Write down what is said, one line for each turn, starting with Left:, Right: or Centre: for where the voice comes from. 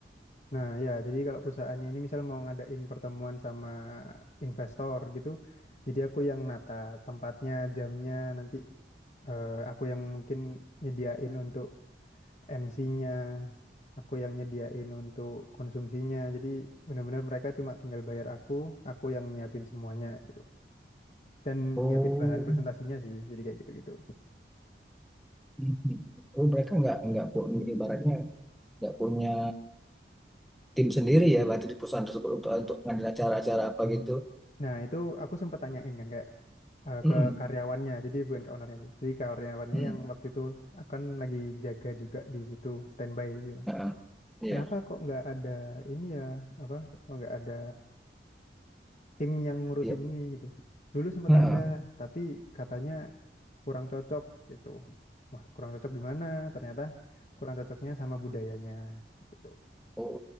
Left: Nah, ya, jadi kalau perusahaannya ini misal mau ngadain pertemuan sama investor gitu, jadi aku yang nata tempatnya, jamnya, nanti eh, aku yang mungkin nyediain untuk MC-nya, aku yang nyediain untuk konsumsinya. Jadi benar-benar mereka cuma tinggal bayar aku, aku yang nyiapin semuanya gitu. Dan
Centre: Oh,
Left: nyiapin bahan presentasinya sih, jadi kayak gitu-gitu.
Centre: mhm. oh mereka nggak nggak pu- ibaratnya nggak punya tim sendiri ya berarti di perusahaan tersebut untuk untuk ngambil acara-acara apa gitu.
Left: Nah, itu aku sempat tanyain kan kayak eh,
Centre: Mhm,
Left: ke karyawannya. Jadi bukan ke ownernya sih. Jadi karyawannya
Centre: mhm.
Left: yang waktu itu akan lagi jaga juga di situ standby gitu kan.
Centre: Heeh, Iya.
Left: Kenapa kok nggak ada ini ya apa? Kok nggak ada tim yang ngurusin
Centre: Iya.
Left: ini gitu. Dulu sempat
Centre: Heeh.
Left: ada, tapi katanya kurang cocok gitu. Wah, kurang cocok gimana? Ternyata kurang cocoknya sama budayanya gitu.
Centre: Oh,